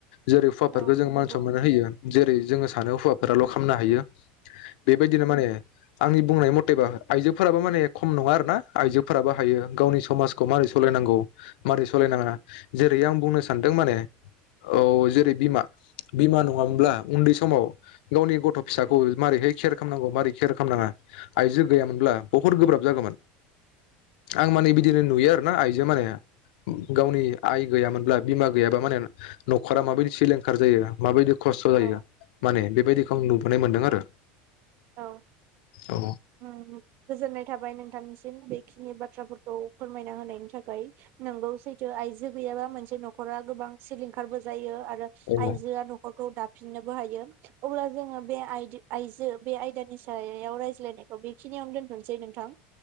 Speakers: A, on the left; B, on the right.
A: जेरै हौवाफोरखौ
B: औ
A: जों
B: नंगौ
A: मानसनमान होयो। जेरै ज जोङो सानो हौवाफोराल' खालामनो हायो। बेबायदिनो माने आंनि बुंनाय मथेबा आइजोफोराबो माने खम नङा आरो ना आइजो फोराबो हायो गावनि समाजखौ मारै सालायनांगौ मारै सालायनाङा जेरै आं बुंनो सानदों माने औ जेरै बिमा बिमा नङामोनब्ला उन्दै समाव गावनि गथ' फिसाखौ मारैहाय केयार खालामनांगौ मारै खेयार खालामनाङा आइजो गैयामोनब्ला बहुद गोब्राब जागौमोन। आं माने बिदिनो नुयो आरोना आइजो माने गावनि आइ गैयामोनब्ला बिमा गैयाबा माने न'खरा माबायदि सिलिंखार जायो माबायदि खस्थ'
B: औ
A: जायो माने बे बायदिखौ आं नुबोनाय मोन्दों आरो।
B: औ
A: औ
B: उम गोजोननाय थाबाय नोंथांनिसि बेखिनि बाथ्राफोरखौ फोरमायना होनायनि थाखाय। नोंगौ सैथो आइजो गैयाबा मोनसे न'खरा गोबां सिलिंखारबो जायो आर रो
A: औ
B: आइजोआ न'खरखौ दा फिननोबो हायो अब्ला जोङो बे आइ-आइजो बे आयदानि सायाव रायज्लायनायखौ बेखिनियावनो दोनथ'नोसै नोंथां।